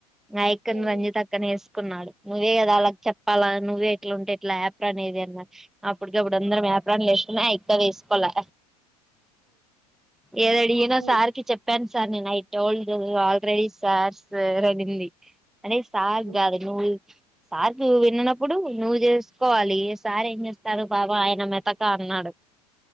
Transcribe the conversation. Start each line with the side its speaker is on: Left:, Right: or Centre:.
Centre: నాయక్కని
Right: ఉమ్,
Centre: రంజిత అక్కనే ఏస్ న్నాడు నువ్వే కదా అలా చెప్పాలా నువ్వే ఎట్లా ఉంటే ఇట్లా ఆపర్ అనేది అన్నారు అప్పటికప్పుడు అందరం వ్యాప్రా వసుకున్నా ఇక్క వేసుకోలే ఏదడిగన
Right: ఉమ్,
Centre: సార్కి
Right: ఉమ్,
Centre: చెప్పాన్ సార్ నేను ఐ టోల్డ్ రడి సార్ స ర నిల్లి అనేే సార్గాద
Right: ఉమ్.
Centre: నూ సార్ ను విన్ననప్పుడు నువ్వు చేసుకోవాలి ఏ సార్ ఏం చేస్తాను బాబా ఆయన మెతక నాడు